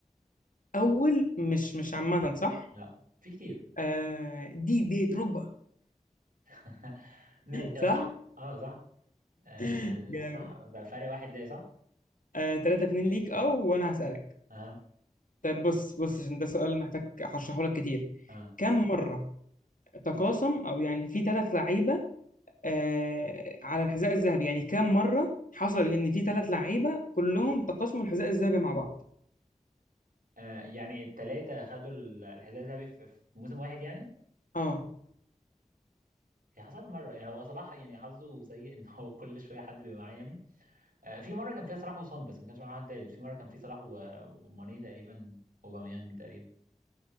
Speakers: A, on the left; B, on the right.
A: اول مش مش عامة صح
B: لا في كتير
A: آه دي دي دروجبا
B: <laughs> ماشي
A: صح
B: آه، صح اه صح آه
A: <laughs> جامد
B: صح ففرق واحد ليه صح؟
A: آه 3 2 ليك او وانا هسألك
B: اه
A: طيب بص بص عشان ده سؤال محتاج هشرحه لك كتير
B: آه.
A: كم مرة تقاسم او يعني في ثلاث لعيبة آه على الحذاء الذهبي يعني كم مرة حصل ان في ثلاث لعيبة كلهم تقاسموا الحذاء الذهبي مع بعض
B: آه يعني التلاتة خدوا ال- الحذاء الذهبي في في موسم واحد يعني
A: اه
B: هي حصلت مرة يعني هو صلاح يعني حظه سيء ان هو كل شوية حد بيبقى معاه يعني آه في مرة كان فيها صلاح وسون بس ما كانش معاه حد تالت في مرة كان فيه صلاح و- وماني تقريبا وباميانج تقريبا